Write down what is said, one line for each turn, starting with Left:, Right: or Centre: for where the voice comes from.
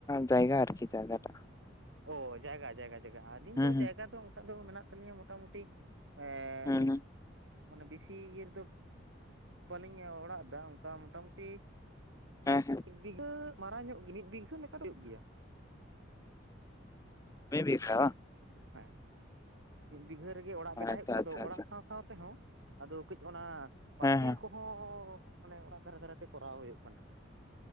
Left: ᱡᱟᱭᱜᱟ ᱟᱨᱠᱤ ᱡᱟᱭᱜᱟ ᱴᱟᱜ ᱾
Right: ᱚ ᱡᱟᱭᱜᱟ-ᱡᱟᱭᱜᱟ-ᱡᱟᱭᱜᱟ ᱟᱹᱞᱤᱧ ᱫᱚ
Left: ᱦᱩᱸ
Right: ᱡᱟᱭᱜᱟ ᱫᱚ ᱚᱱᱠᱟ ᱫᱚ ᱢᱮᱱᱟᱜ ᱛᱟᱞᱤᱧᱟ ᱢᱚᱴᱟᱢᱩᱴᱤ ᱮᱸᱼᱼ
Left: ᱦᱩᱸ ᱦᱩᱸ
Right: ᱢᱟᱱᱮ ᱵᱮᱥᱤ ᱤᱭᱟᱹ ᱨᱮᱫᱚ ᱵᱟᱹᱞᱤᱧ ᱚᱲᱟᱜ ᱮᱫᱟ ᱚᱱᱠᱟ ᱢᱚᱴᱟᱢᱩᱴᱤ
Left: ᱦᱮᱸ ᱦᱮᱸ
Right: ᱢᱤᱫ ᱵᱤᱜᱷᱟᱹ ᱢᱟᱨᱟᱝ ᱧᱚᱜ ᱜᱮ ᱢᱤᱫ ᱵᱤᱜᱷᱟᱹ ᱞᱮᱠᱟ ᱦᱩᱭᱩᱜ ᱜᱮᱭᱟ ᱾
Left: ᱢᱤᱜ ᱵᱤᱜᱷᱟ ᱵᱟᱝ?
Right: ᱦᱮᱸ᱾ ᱢᱤᱫ ᱵᱤᱜᱷᱟᱹ ᱨᱮᱜᱮ ᱚᱲᱟᱜ ᱵᱮᱱᱟᱣ
Left: ᱟᱪᱪᱷᱟ
Right: ᱦᱩᱭᱩᱜ ᱠᱟᱱᱟ
Left: ᱟᱪᱪᱷᱟ
Right: ᱟᱫᱚ ᱚᱲᱟᱜ
Left: ᱟᱪᱪᱷᱟ
Right: ᱥᱟᱶ ᱥᱟᱶ ᱛᱮᱦᱚᱸ ᱟᱫᱚ ᱠᱟᱹᱡ ᱚᱱᱟ ᱯᱟᱪᱤᱞ
Left: ᱦᱮᱸ ᱦᱮᱸ
Right: ᱠᱚ ᱦᱚᱸ ᱢᱟᱱᱮ ᱚᱲᱟᱜ ᱫᱷᱟᱨᱮ ᱫᱷᱟᱨᱮ ᱛᱮ ᱠᱚᱨᱟᱣ ᱦᱩᱭᱩᱜ ᱠᱟᱱᱟ ᱾